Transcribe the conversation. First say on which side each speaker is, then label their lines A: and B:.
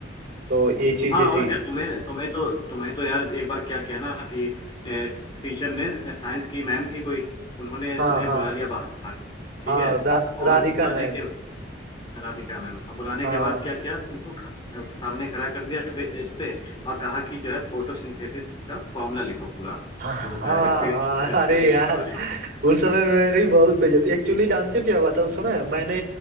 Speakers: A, on the right; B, on the left.
A: तो ये चीजें
B: हाँ और
A: थी
B: क्या तुम्हें तुम्हें तो तुम्हें तो यार एक बार क्या किया ना कि ए, टीचर ने साइंस की मैम थी कोई उन्होंने
A: हाँ
B: तुम्हें
A: हाँ
B: बुला लिया बाहर ठीक
A: हाँ
B: है
A: रा, राधिका
B: और बुलाने
A: मैम
B: के राधिका मैम अब बुलाने
A: हाँ
B: के बाद क्या किया तुमको ख, सामने खड़ा कर दिया बेंच पे और कहा कि जो है फोटोसिंथेसिस का फॉर्मूला लिखो पूरा
A: हाँ
B: जो होता
A: हाँ
B: है रेस्पिरेशन रेस्पिरेशन
A: अरे यार
B: वाला
A: उस समय मेरी बहुत बेइज्जती एक्चुअली जानती हो क्या हुआ था उस समय मैंने